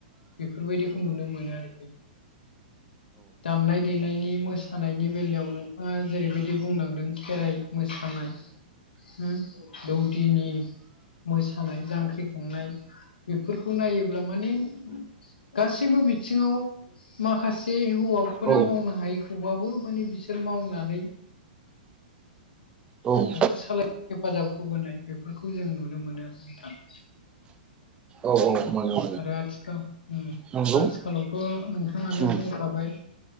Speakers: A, on the left (about 80°); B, on the right (about 20°).
A: बेफोरबायदिखौ नुनो मोनो आरोखि दामनाय देनायनि मोसानायनि बेलायाव नोंथाङा जेरैबायदि बुंलांदों खेराइ मोसानाय दौदिनि मोसानाय जांख्रिखांनाय बेफोरखौ नायोब्ला माने गासैबो बिथिङाव माखासे हौवाफोरा
B: औ औ
A: मावनो हायैखौबाबो माने बिसोर मावनानै
B: औ
A: न'खर सालायनाय हेफाजाब होबोनाय बेफोरखौ जों नुनो मोनो आरो नोंथां
B: औ औ मोनो
A: आरो आथिखाल
B: नंगौ
A: आथिखालावथ' नोंथाङानो
B: उम
A: बुंखाबाय।